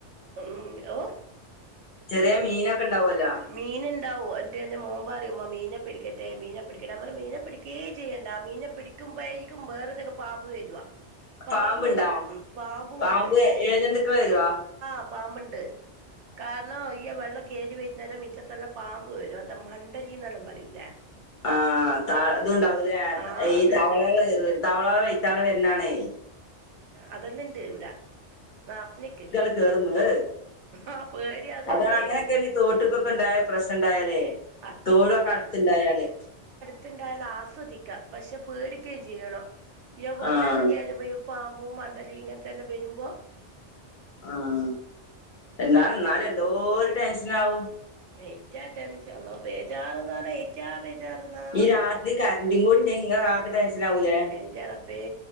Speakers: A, on the right; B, on the left.
A: ഉം ഓ
B: ചെറിയ മീനൊക്കെ ഉണ്ടാവല്ലോ
A: മീൻ ഉണ്ടാവോ എ എന്റെ മോൻ പറയും മീനേ പിടി ട്ടെ മീനെ പിടിക്കട്ടെ നമ്മള് മീനെ പിടിക്കേ ചെയ്യണ്ട ആ മീനെ പിടിക്കുമ്പോഴായിരിക്കും വേറതൊക്കെ പാമ്പ് വരുവ പാമ്പും
B: പാമ്പ്ണ്ടോ
A: പാമ്പുണ്ട്
B: പാമ്പ് ഇഴജന്തുക്കള് വരോ
A: അ പാമ്പുണ്ട് കാരണം അയ്യ വെള്ളം കയറി വരുന്നേരം മുറ്റത്തെല്ലാം പാമ്പ് വരും എന്താ മണ്ടലിയെന്ന് പറയൂലെ
B: ആ ആ ത ഇത്ണ്ടാവൂലേ
A: ആഹ്
B: ഈ
A: അതുണ്ടാവൂലേ
B: തവളകൾ കേറിവെരും തവളകൾ വെരുന്നാണേ
A: അതെല്ലെണ്ട് ഇവിടെ നഞ്ഞക്ക് ഇപ്പം
B: ഗർമ ഹ <unintelligible>
A: ആഹ് പേടിയാ അതോണ്ടേ
B: അതാണ് അങ്ങനെയൊക്കെ തോട്ടക്കൊക്കെ ഉണ്ടായ പ്രശ്ന ഉണ്ടായാലേ
A: ആഹ്
B: തോടുക്കൊ അടുത്തുണ്ടായാല്
A: ത്തിണ്ടായാൽ ആസ്വദിക്കുക പക്ഷെ പേടിക്കുകയും ചെയ്യണം ഈ വെള്ളേനൊക്കെ
B: ആഹ്
A: കയറുമ്പോൾ പാമ്പും മണ്ടലി ഇങ്ങനത്തെ എല്ലാം വരുമ്പോൾ
B: ഉം എന്താല എന്നാലും എന്തോരം ടെൻഷൻ ആവും
A: ഏറ്റ ടെൻഷൻ ബേജാറന്ന് പറ ഏറ്റാ ബേജാ ബേജാറാന്നാ
B: ഈ രാത്രി കറന്റും കൂടി ഇല്ലെങ്കി ഇങ്ങക്ക് ആകെ ടെൻഷനാവൂലേ
A: എന്റെ റബ്ബേ